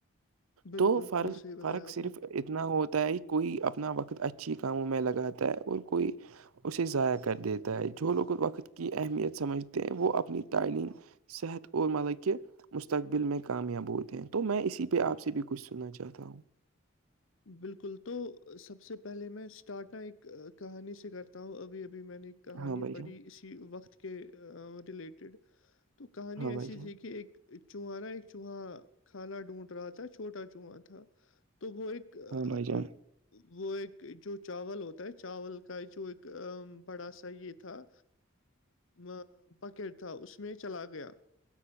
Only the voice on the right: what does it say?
تو فرق
فرق
صرف
اتنا ہوتا ہے کوئی اپنا وقت بہت اچھی کاموں میں لگاتا ہے اور کوئی اسے ضائع کر دیتا ہے جو لوگ وقت کی اہمیت سمجھتے ہیں وہ اپنی تعلیم صحت اور مطلب کہ مستقبل میں کامیاب ہوتے ہیں تو میں اسی پہ آپ سے بھی کچھ سننا چاہتا ہوں
ہاں بھائی جان
ہاں
بھائی جان
ہاں بھائی جان